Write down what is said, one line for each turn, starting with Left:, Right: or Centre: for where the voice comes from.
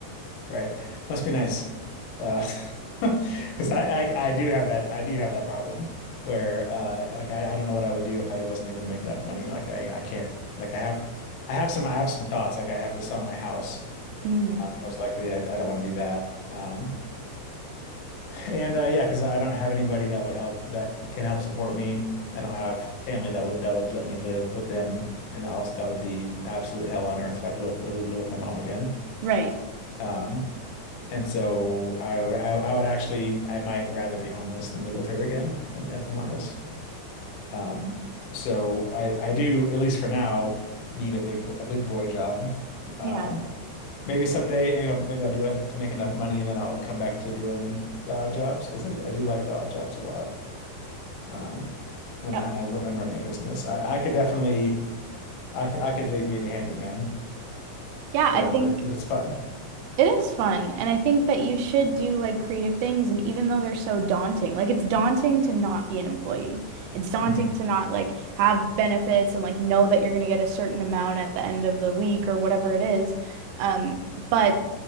Left: Right. Must be nice. Uh, <laughs> because I, I I do have that I do have that problem where uh like I, I don't know what I would do if I wasn't able to make enough money. Like I I can't like I have I have some I have some thoughts like I'd have to sell my house.
Right: Mm,
Left: Um, most likely I, I don't want to do that. Um, and uh, yeah, because I don't have anybody that would help that can help support me. I don't have family that would that would let me live with them, and also that would be absolute hell on earth if I had to live, live with my mom again.
Right: right.
Left: Um, and so I would I, I would actually I might rather be homeless than live with her again, if I'm, if I'm honest. Um, so I I do at least for now need a big bo- a big boy job. Um,
Right: Yeah.
Left: maybe someday maybe I'll, maybe I'll do it to make enough money and then I'll come back to doing the odd jobs because I, I do like the odd jobs a lot. Um, and
Right: Yep.
Left: and, and running a business, I I could definitely I c- I could dig being a handyman
Right: Yeah,
Left: forever
Right: I think
Left: because it's fun.
Right: it is fun. And I think that you should do like creative things. And even though they're so daunting, like it's daunting to not be an employee, it's daunting
Left: hmm
Right: to not like have benefits and like know that you're going to get a certain amount at the end of the week or whatever it is. Um, but